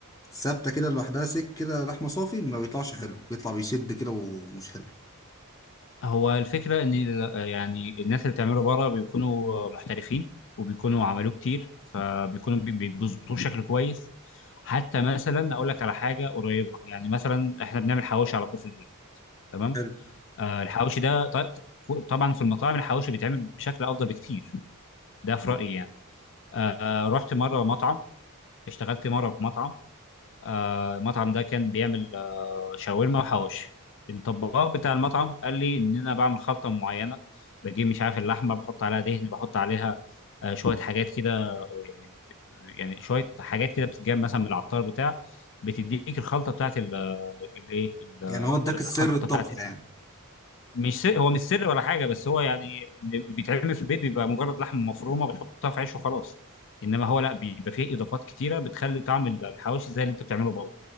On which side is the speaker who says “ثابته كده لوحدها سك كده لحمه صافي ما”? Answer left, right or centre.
Left